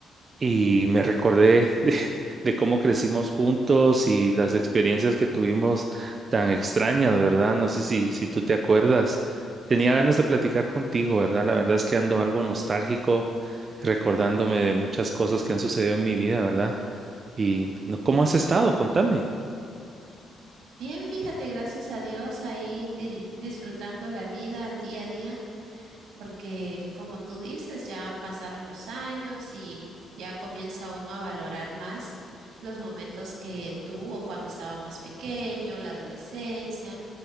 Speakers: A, on the right (about 40°); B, on the right (about 80°).
A: y me recordé de, <laughs> de cómo crecimos juntos y las experiencias que tuvimos tan extrañas, ¿verdad? No sé si, si tú te acuerdas. Tenía ganas de platicar contigo, ¿verdad? La verdad es que ando algo nostálgico, recordándome de muchas cosas que han sucedido en mi vida, ¿verdad? Y no- ¿cómo has estado? Contame.
B: Bien, fíjate, gracias a Dios ahí di- disfrutando la vida al día a día, porque como tú dices, ya pasaron los años y ya comienza uno a valorar más los momentos que tuvo cuando estaba más pequeño, la adolescencia,